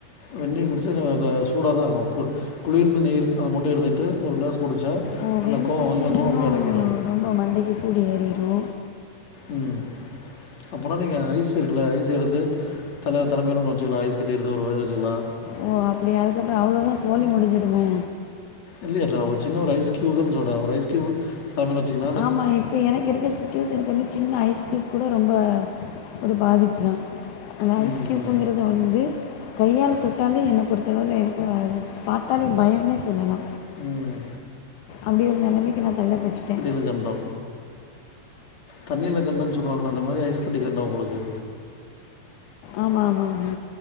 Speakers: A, on the left (about 45°); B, on the left (about 65°).
A: வெந்நீர் குடிச்சா த தா சூடதா இருக்கு கு குளிர்ந்து நீர் அத மட்டு எடுத்துக்கிட்டு ஒரு க்ளாஸ் குடிச்சா
B: ஓ வெந்நி
A: அந்த கோவோ
B: குடித்தா
A: வந்த கோவோ
B: இன்னும்
A: அப்டியே அடங்கிரும்
B: ரொம்ப மண்டைக்கு சூடு ஏறிரு
A: ம் அப்பனா நீங்க ஐஸ் இருக்குல ஐஸ் எடுத்து தல தலமேல ஒண்ணு வச்சக்கங்களா ஐஸ் கட்டி எத்து ஒரு <unintelligible> வச்சிக்களா
B: ஓ அப்டி அதுக்கப்பற அவ்வளோதா சோலி முடிஞ்சுடுமே
A: இல்லையே நா ஒரு சின்ன ஒரு ஐஸ் கியூப் தா சொல்ற ஒரு ஐஸ் கியூப் சாப்டோன்வச்சுங்ளே
B: ஆமா இப்போ எனக்கு இருக்க சுிச்சுவேஷனுக்கு வந்து சின்ன ஐஸ் க்யூப் கூட ரொம்ப ஒரு பாதிப்பு தா அந்த ஐஸ்
A: ம்
B: கியூப்புங்குறது வந்து கையால தொட்டாலே என்ன பொறுத்தளவுவில எனக்கு பாத்தாலே பயம்ன்னே சொல்லலா
A: ம் ம்
B: அப்டி ஒரு நெலமைக்கு நா தள்ளப்பட்டுட்டே
A: கண்டோ தண்ணியில கண்டோ சொல்லுவாங்களா அந்த மாரி ஐஸ் கட்டி கண்டோ உங்களுக்கு
B: ஆமா ஆமா ஆமா